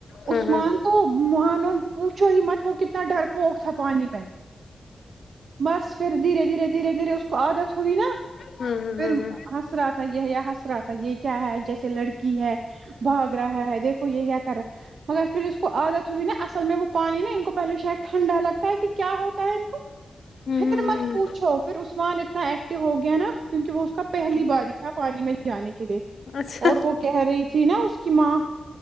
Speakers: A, on the left (about 55°); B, on the right (about 60°).
A: ہاں
B: عثمان
A: ہاں
B: تو مانو پوچھو ہی مت وہ کتنا ڈر پوک تھا پانی میں بس پھر دھیرے دھیرے دھیرے دھیرے اس کو عادت ہوئی نا
A: ہاں ہاں
B: پھر
A: ہاں
B: ہنس رہا تھا یہ یا ہنس رہا تھا یہ کیا ہے جیسے لڑکی ہے بھاگ رہا ہے ہے دیکھو یہ کیا کر رہا ہے مگر پھر اس کو عادت ہوئی نا اصل میں وہ پانی نا ان کو پہلے شاید ٹھنڈا لگتا ہے کہ کیا ہوتا ہے ان کو
A: ہاں
B: پھر
A: ہوں
B: مت
A: ہوں
B: پوچھو پھر اس عثمان اتنا ایکٹو ہو گیا نا کیونکہ وہ اس کا پہلی باری تھا پانی میں جانے کے لیے
A: اچھا
B: اور وہ کہہ رہی تھی نا اس کی ماں